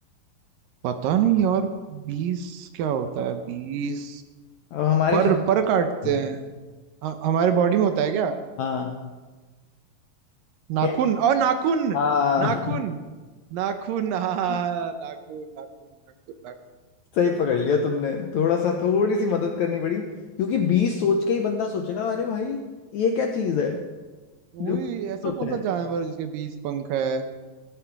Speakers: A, on the right; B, on the left.
A: पता नहीं यार बीस क्या होता है बीस
B: अब हमारे
A: पर पर काटते
B: शरीर
A: हैं ह- हमारे बॉडी में होता है क्या
B: हाँ
A: नाखून
B: क्या
A: और नाखून
B: हाँ
A: नाखून नाखून हाँ
B: <laughs>
A: नाखून नाखून नाखून नाखून
B: सही पकड़ लिया तुमने थोड़ा सा थोड़ी सी मदद करनी पड़ी क्योंकि बीस सोच के ही बंदा सोचेगा अरे भाई ये क्या चीज है
A: वही
B: जो
A: ऐसा
B: होता
A: कौन सा
B: है
A: जानवर है जिसके बीस पंख है